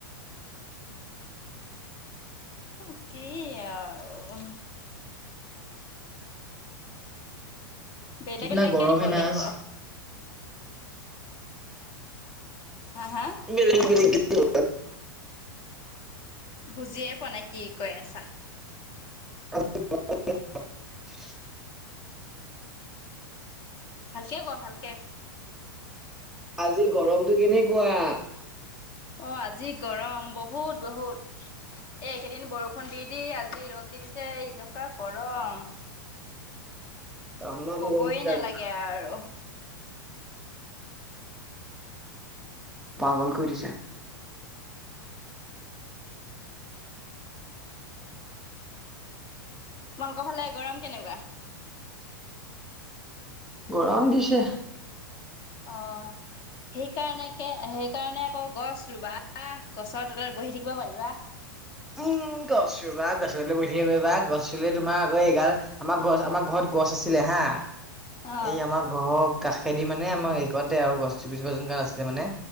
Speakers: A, on the left; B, in the centre.
A: তাকেই আৰু বেলেগ
B: কিতনা
A: বেলেগকে
B: গৰম
A: দিব
B: হে না
A: লাগিব
B: আজ
A: হা হা
B: বেলেগ বেলেগ কে দিব লাগব
A: বুজিয়ে পোৱা নাই কি কৈ আছা
B: <unintelligible>
A: ভালকে ক ভালকে
B: আজি গৰমটো কেনেকুৱা
A: অ', আজি গৰম বহুত বহুত এ একেইদিন বৰষুণ দি দি আজি ৰ'দ দি দিছে এ এনেকুৱা গৰম
B: তামাম
A: কবই
B: গৰম দিছে
A: নেলাগে
B: আজি
A: আৰু
B: পাগল কৰি দিছে
A: তোমালোকৰ ফালে গৰম কেনেকুৱা
B: গৰম দিছে
A: অ', সেইকাৰণে কে সেইকাৰণে আকৌ গছ ৰুবা গছৰ তলত বহি থাকিব পাৰিবা <inaudible>
B: উম গছ ৰুবা গছৰ তলত বহি থাকিব পাৰিবা গছ ৰুলে তোমাৰ আকৌ এইগাল আমাৰ গছ আমাৰ ঘৰত গছ আছিলে হা আহ
A: অ
B: এই আমাৰ ঘৰৰ কাষেদি মানে আমাৰ সেইখনতে আৰু গছজোপা যোন আছিলে মানে